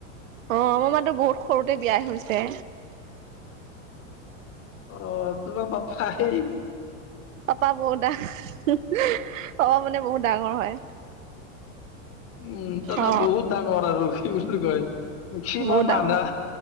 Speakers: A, on the right (about 80°); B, on the left (about 35°).
A: অ আমাৰ মাতো বহুত সৰুতে বিয়াই হৈছে।
B: অ তোমাৰ পাপাই
A: পাপা বৌ দা। খোৱা মানে বহুত। ডাঙৰ হয়।
B: উম তাতে
A: অ
B: বহুত ডাঙৰ আৰু কি বুলি কয়? মেক্সিমাম
A: বহুত ডাঙৰ
B: আধা।
A: হয়।